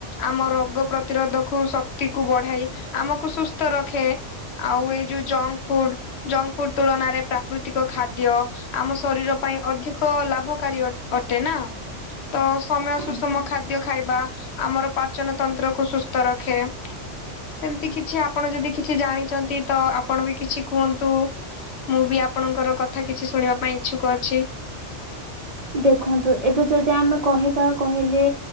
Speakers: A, on the left (about 65°); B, on the right (about 55°).
A: ଆମ ରୋଗ ପ୍ରତିରୋଧକୁ ଶକ୍ତି କୁ ବଢାଇ ଆମକୁ ସୁସ୍ଥ ରଖେ। ଆଉ ଏଇ ଯଉ ଜଙ୍କ୍ ଫୁଡ୍ ଜଙ୍କ୍ ଫୁଡ ତୁଳନାରେ ପ୍ରାକୃତିକ ଖାଦ୍ୟ ଆମ ଶରୀର ପାଇଁ ଅଧିକ ଲାଭକାରୀ ଅ ଅଟେ ନା ତ ସମୟ ସୁଷମ
B: ଆଜ୍ଞା।
A: ଖା ଖାଦ୍ୟ ଖାଇବା ଆମର ପାଚନ ତନ୍ତ୍ରକୁ ସୁସ୍ଥ ରଖେ। ସେମତି କିଛି ଆପଣ ଯଦି କିଛି ଜାଣିଛନ୍ତି ତ ଆପଣ ବି କିଛି କୁହନ୍ତୁ? ମୁଁ ବି ଆପଣଙ୍କର କଥା କିଛି ଶୁଣିବା ପାଇଁ ଇଚ୍ଛୁକ ଅଛି।
B: ଦେଖନ୍ତୁ ଏବେ ଯଦି ଆମେ କହିବା କହିଲେ